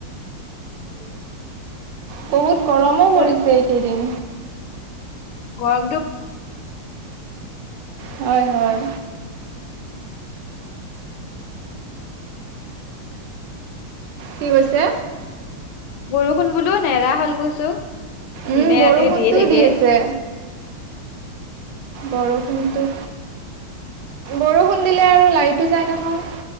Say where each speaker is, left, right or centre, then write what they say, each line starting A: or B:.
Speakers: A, on the left; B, on the right.
A: <unintelligible>
B: বহুত গৰমো
A: কল
B: পৰিছে এইকেইদিন।
A: গৰমটো
B: হয়- হয়। কি কৈছে।
A: বৰষুণ বোলো নেৰা হ'ল কৈছো। দিনে
B: উম, বৰষুণটোও
A: ৰাতিয়ে দিয়ে থাকে
B: দি আছে। বৰষুণটো, বৰষুণ দিলে আৰু লাইটো যায় নহয়।